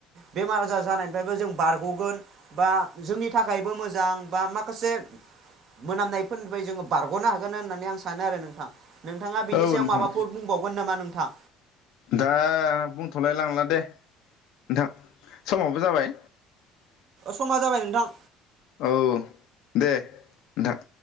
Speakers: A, on the right; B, on the left.
A: बेमार आजार जानायनिफ्रायबो जों बारग'गोन बा जोंनि थाखायबो मोजां बा माखासे मोनामनायफोरनिफ्राय जोङो बारग'नो हागोन होननानै आं सानो आरो नोंथां नोंथाङा बिनि
B: औ
A: सायाव
B: नोंथां
A: माबाफोर बुंबावगोन नामा नों नोंथां
B: दा बुंथ'लाय लांला दे नोंथां समावबो जाबाय
A: समा जाबाय नोंथां
B: औ दे नोंथां